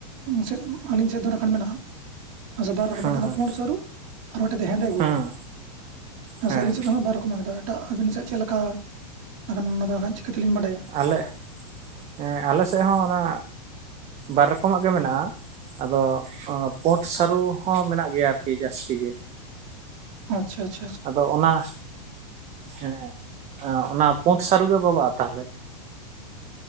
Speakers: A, on the right; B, on the right.
A: ᱥᱮᱫ ᱟᱹᱞᱤᱧ ᱥᱮᱫ ᱫᱚ ᱱᱟᱜ ᱠᱷᱟᱱ ᱢᱮᱱᱟᱜᱼᱟ᱾ ᱟᱪᱪᱷᱟ ᱵᱟᱨ ᱨᱚᱠᱚᱢ
B: ᱦᱮᱸ
A: ᱢᱤᱫᱴᱮᱱ
B: ᱦᱮᱸ
A: ᱫᱚ ᱯᱩᱸᱰ ᱥᱟᱹᱨᱩ᱾ ᱟᱨ ᱢᱤᱫᱴᱟᱝ ᱫᱚ ᱦᱮᱸᱫᱮ ᱜᱮᱭᱟ
B: ᱦᱮᱸ ᱦᱮᱸ
A: ᱟᱹᱞᱤᱧ ᱥᱮᱫ ᱫᱚ ᱦᱚᱸᱜ ᱵᱟᱨ ᱨᱚᱠᱚᱢ ᱢᱟ, ᱟᱫᱚ ᱮᱴᱟᱜ ᱟᱹᱵᱤᱱ ᱥᱮᱫ ᱪᱮᱫ ᱞᱮᱠᱟ ᱮᱠᱷᱟᱱ ᱚᱱᱟᱫᱚ ᱱᱟᱦᱟᱜ ᱪᱤᱠᱟᱹᱛᱮᱞᱤᱧ ᱵᱟᱰᱟᱭᱟ᱾
B: ᱟᱞᱮᱸ ᱮᱸ ᱟᱞᱮᱥᱮᱜ ᱦᱚᱸ ᱚᱱᱟ ᱵᱟᱨ ᱨᱚᱠᱚᱢᱟᱜ ᱜᱮ ᱢᱮᱱᱟᱜᱼᱟ᱾ ᱟᱫᱚ ᱚᱸ ᱯᱩᱸᱰ ᱥᱟᱹᱨᱩ ᱦᱚᱸ ᱢᱮᱱᱟᱜ ᱜᱮᱭᱟ ᱟᱨᱠᱤ ᱡᱟᱹᱥᱛᱤ ᱜᱮ᱾
A: ᱚ ᱟᱪᱪᱷᱟ ᱟᱪᱷᱟ
B: ᱟᱫᱚ ᱚᱱᱟ ᱦᱮᱸ ᱚᱱᱟ ᱯᱩᱸᱰ ᱥᱟᱹᱨᱩᱜᱮ ᱵᱟᱵᱟᱜᱼᱟ ᱛᱟᱦᱞᱮ?